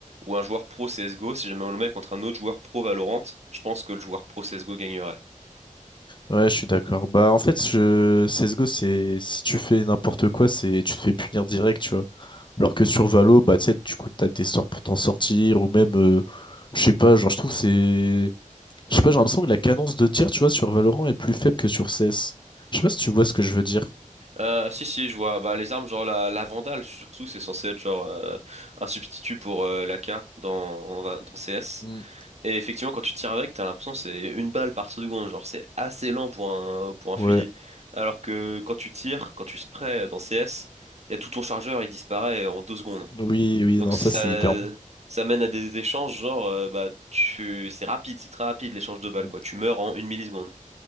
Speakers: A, on the right; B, on the left.
A: ou un joueur pro CSGO, si jamais on le met contre un autre joueur pro Valorant, je pense que le joueur pro CSGO gagnerait.
B: Ouais, je suis d'accord. Bah, en fait, je... CSGO, c'est si tu fais n'importe quoi, c'est tu te fais punir direct, tu vois. Alors que sur Valo, bah, tu sais, du coup, t'as tes sorts pour t'en sortir, ou même, euh, je sais pas, genre, je trouve c'est. Je sais pas, j'ai l'impression que la cadence de tir, tu vois, sur Valorant est plus faible que sur CS. Je sais pas si tu vois ce que je veux dire.
A: Euh, si si je vois bah les armes genre la, la Vandale surtout c'est censé être genre euh, un substitut pour euh, l'AK dans dans CS
B: Hmm.
A: et effectivement quand tu tires avec t'as l'impression que c'est une balle par seconde genre c'est assez lent pour un pour un
B: Ouais,
A: fusil alors que quand tu tires quand tu sprays dans CS il y a tout ton chargeur il disparaît en deux secondes
B: oui, oui,
A: Donc
B: non,
A: ça,
B: ça, c'est hyper bon.
A: ça mène à des échanges genre euh, bah tu c'est rapide, c'est très rapide l'échange de balles
B: Mm.
A: quoi. Tu meurs en une milliseconde.